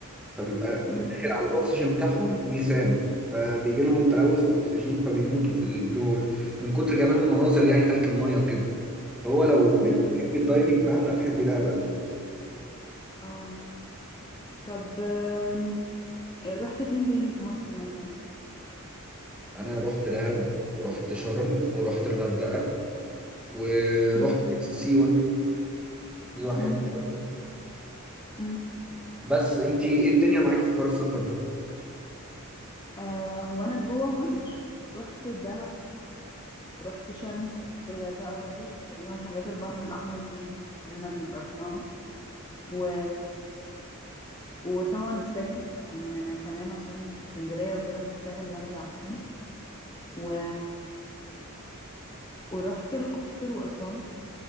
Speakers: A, in the centre; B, on the left.
A: فبيبقى
B: مم.
A: داخل على الاكسجين بتاعهم ميثان فبيجي لهم تلوث في الاكسجين فبيموتوا في البلو هول من كتر جمال المناظر يعني تحت الميه وكده فهو لو
B: مم.
A: انت بتحبي الدايفنج فعلا هتحبي دهب قوي
B: اه طب آم، إيه، رحت فين تاني في مصر مثلا
A: انا رحت دهب ورحت شرم ورحت الغردقه ورحت
B: مم.
A: سيوه سيوه حلوه
B: مم.
A: برضه
B: مم.
A: بس انت ايه الدنيا معاكي في حوار السفر ده
B: آه هو انا جوه مصر رحت الدهب ورحت شرم رحت الغردقة برضو تقريبا حاجات البحر الأحمر دي كلنا بنبقى رحناها و... وطبعا الساحل يعني انا كمان عشان اسكندرية وكده فالساحل جنبي على طول و... ورحت الأقصر وأسوان